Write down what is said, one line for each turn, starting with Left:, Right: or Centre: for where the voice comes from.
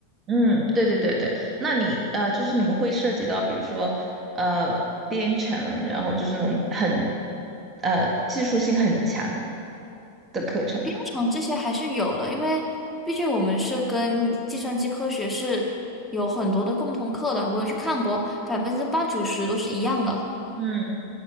Right: 嗯，对对对对，那你呃，就是你们会涉及到，比如说呃，编程，然后就是那种很呃技术性很强的课程吗？
Centre: 编程这些还是有的，因为毕竟我们是跟计算机科学是有很多的共同课的，我有去看过，百分之八九十都是一样的。
Right: 嗯